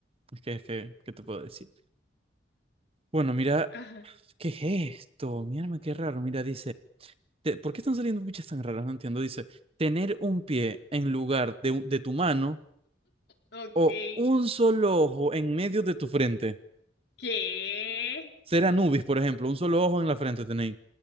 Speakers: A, on the right; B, on the left.
A: es que, es que, ¿qué te puedo decir? Bueno, mira,
B: Ajá.
A: ¿qué es esto? Mírame, qué raro. Mira, dice, te- ¿por qué están saliendo bichas tan raras? No entiendo. Dice, tener un pie en lugar de, un- de tu mano
B: Ok.
A: o un solo ojo en medio de tu frente.
B: ¿Qué?
A: Ser Anubis, por ejemplo, un solo ojo en la frente tenéis.